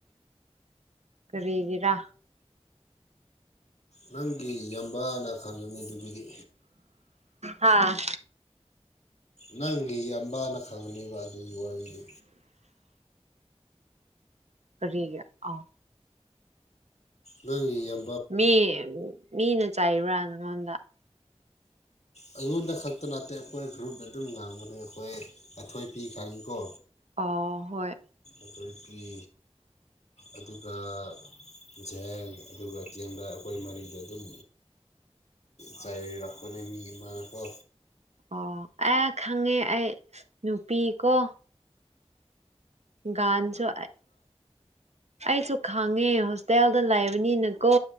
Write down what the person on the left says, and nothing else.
ꯅꯪꯒꯤ ꯌꯥꯝꯕꯥꯅ ꯈꯪꯉꯅꯤ ꯑꯗꯨꯒꯤꯗꯤ
ꯅꯪꯒꯤ ꯌꯥꯝꯕꯥꯅ ꯈꯪꯉꯅꯤꯕ ꯑꯗꯨꯒꯤ ꯋꯥꯔꯤꯗꯨ
ꯅꯪ ꯌꯥꯝ
ꯑꯩꯉꯣꯟꯗ ꯈꯛꯇ ꯅꯠꯇꯦ ꯑꯩꯈꯣꯏ ꯒ꯭ꯔꯨꯞꯗ ꯑꯗꯨꯝ ꯉꯥꯡꯕꯅꯦ ꯑꯩꯈꯣꯏ ꯑꯊꯣꯏ ꯄꯤ ꯈꯪꯉꯤꯀꯣ
ꯑꯗꯒꯤ ꯑꯗꯨꯒ ꯖꯦꯝꯁ ꯑꯗꯨꯒ ꯇꯦꯡꯕꯥ ꯑꯩꯈꯣꯏ ꯃꯔꯤꯗ ꯑꯗꯨꯝ ꯆꯥꯏꯔꯥꯛꯄꯅꯦ ꯃꯤ ꯑꯃꯅꯀꯣ